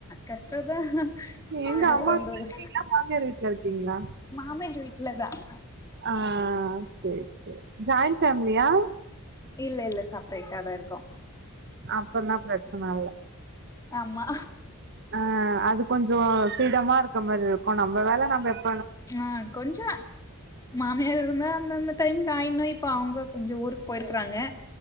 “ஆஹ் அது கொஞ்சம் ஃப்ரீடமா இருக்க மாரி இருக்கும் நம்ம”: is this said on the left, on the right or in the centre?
Right